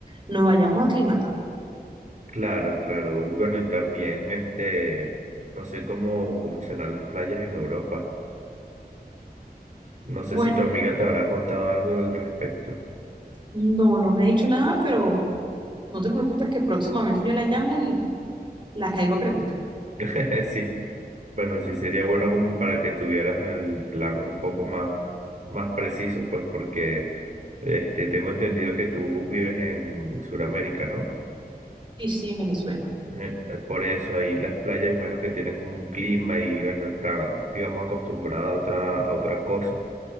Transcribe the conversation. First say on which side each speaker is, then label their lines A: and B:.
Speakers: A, on the right (about 30°); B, on the right (about 50°).
A: nos vayamos aclimatando.
B: claro, claro. Y bueno, y también este, no sé cómo, cómo serán las playas en Europa. No sé
A: Bueno,
B: si tu amiga te habrá contado algo al respecto.
A: no, no me ha dicho nada, pero no te preocupes que próximamente yo la llamo y la caigo a preguntar.
B: <laughs> Sí. Bueno, sí sería bueno como para que tuvieras el plan un poco más, más preciso, pues, porque este tengo entendido que tú vives en Sudamérica, ¿no?
A: Sí, sí, en Venezuela.
B: Eh, eh, por eso ahí las playas, menos que tienen un clima y bueno, está, digamos, acostumbrada a otra, a otra cosa.